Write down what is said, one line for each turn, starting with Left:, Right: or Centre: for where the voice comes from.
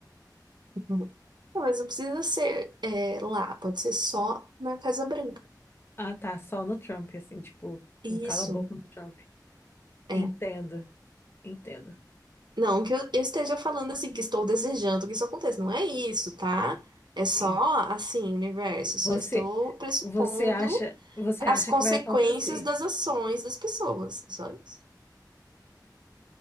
Right: Uhum. Não, Mas não precisa ser é, lá, pode ser só na Casa Branca.
Left: Ah, tá. Só no Trump, assim, tipo,
Right: Isso.
Left: um cala-boca no Trump.
Right: é,
Left: Entendo, entendo.
Right: Não que eu, eu esteja falando assim, que estou desejando que isso aconteça. Não é isso, tá? É
Left: Sim.
Right: só assim, universo. Só
Left: Você,
Right: estou pressupondo
Left: você acha, você acha
Right: as consequências
Left: que vai acontecer.
Right: das ações das pessoas. É Só isso.